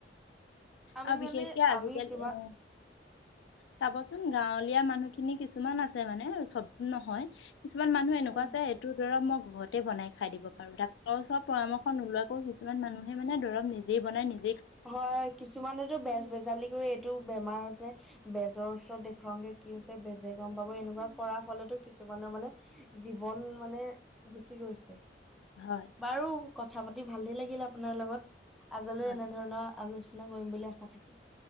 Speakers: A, in the centre; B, on the left.
A: আমি
B: আৰু
A: মানে
B: বিশেষকে আজিকালি
A: আমি যিমান
B: এ চাবচোন গাঁৱলীয়া মানুহখিনি কিছুমান আছে মানে চব নহয়। কিছুমান মানুহ এনেকুৱা
A: উম
B: আছে সেইটোৰ দৰৱ মই ঘৰতে বনাই খাই দিব পাৰো দা ঘৰ ওচৰত পৰামৰ্শ নোলোৱাকেও কিছুমান মানুহে মানে দৰৱ নিজেই বনাই নিজ
A: হয় কিছুমানতো বেজ বেজালিক কৰি এইটো বেমাৰ হৈছে বেজ নিৰ ওচৰত দেখাওগে কি হৈছে বেজে গম পাব এনেকুৱা কৰাৰ ফলতো কিছুমানৰ মানে <unintelligible> জীৱন মানে গুচি গৈছে।
B: হয়
A: বাৰু কথা পাতি ভালে লাগিল আপোনাৰ লগত আগলৈও
B: হয়
A: এনে আলোচনা কৰিম বুলি আশা থাকিল।